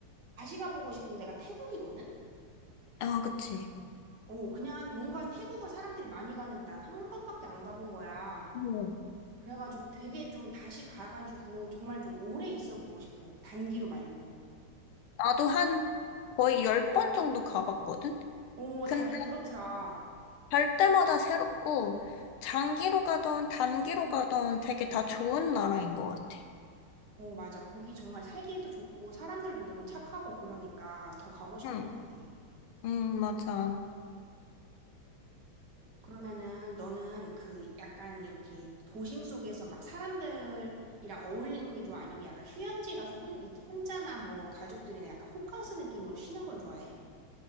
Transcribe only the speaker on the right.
다시 가보고 싶은 데가 태국이거든?
어, 그냥 뭔가 태국을 사람들이 많이 가는데 난 한 번밖에 안 가본 거야.
그래가지고 되게 좀 다시 가가지고 정말 좀 오래 있어 보고 싶어. 단기로 말고.
어,
다들 그렇더라.
어, 맞아. 거기 정말 살기도 좋고 사람들도 너무 착하고 그러니까 더 가고 싶은
것 같아.
그러면은 너는 그 약간 이렇게 도심 속에서 막 사람들이랑 어울리는 게 좋아? 아니면 약간 휴양지 가서 혼, 혼자나 뭐 가족들이나 약간 호캉스 느낌으로 쉬는 걸 좋아해?